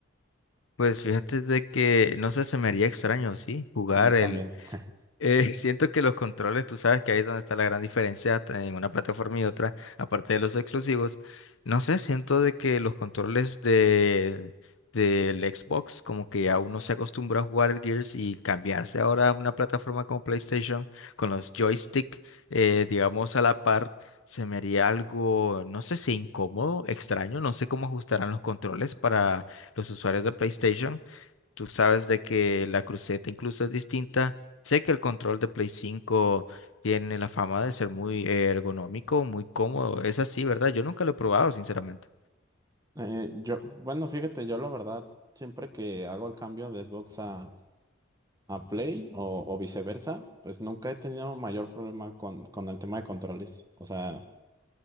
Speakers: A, on the left (about 75°); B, on the right (about 20°).
A: Pues fíjate de que, no sé, se me haría extraño, sí, jugar
B: A mí también.
A: el
B: <laughs>
A: Eh, <laughs> siento que los controles, tú sabes que ahí es donde está la gran diferencia t- en una plataforma y otra, aparte de los exclusivos. No sé, siento de que los controles de, del Xbox, como que a uno se acostumbra a jugar el Gears y cambiarse ahora a una plataforma como PlayStation con los joystick, eh, digamos, a la par, se me haría algo, no sé si incómodo, extraño, no sé cómo ajustarán los controles para los usuarios de PlayStation. Tú sabes de que la cruceta incluso es distinta. Sé que el control de Play 5 tiene la fama de ser muy ergonómico, muy cómodo. Es así, ¿verdad? Yo nunca lo he probado, sinceramente.
B: Eh, yo, bueno, fíjate, yo la verdad, siempre que hago el cambio de Xbox a, a Play o, o viceversa, pues nunca he tenido mayor problema con, con el tema de controles. O sea,